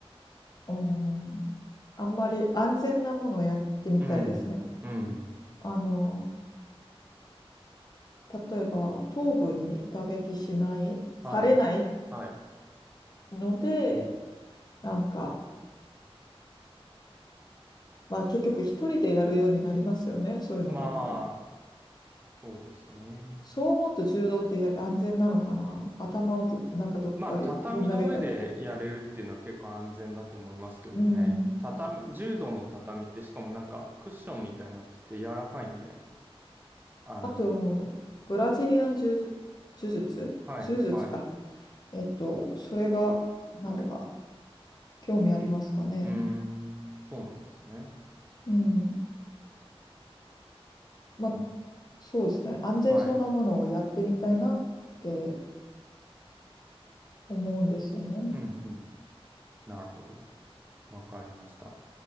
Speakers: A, on the left; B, on the right.
A: うん、あんまり安全なものをやってみたいですね。
B: うん、うん。
A: あの、例えば頭部に打撃しない、
B: はい、
A: されない
B: はい。
A: ので、なんか、まあ結局一人でやるようになりますよね、そういうのだと。
B: まあ、そうですね。
A: そう思うと柔道って安全なのかな。頭をぶなんかどっかにぶん投げたり。
B: まあ、畳の上でやれるっていうのは結構安全だと思いますけどね。
A: うん。
B: 畳、柔道の畳ってしかもなんかクッションみたいになってて柔らかいんで、あの、
A: あと、ブラジリアン柔術、柔術、
B: はい、
A: 柔術か。
B: はい。う
A: えっと、それが、なんか、興味ありますかね。
B: ーん、そうなんですね。
A: うん。まあ、
B: あ
A: そうですね。安全そうなものをやってみたいなって
B: はい。
A: 思うんですよね。
B: うん、うん。なるほど。わかりました。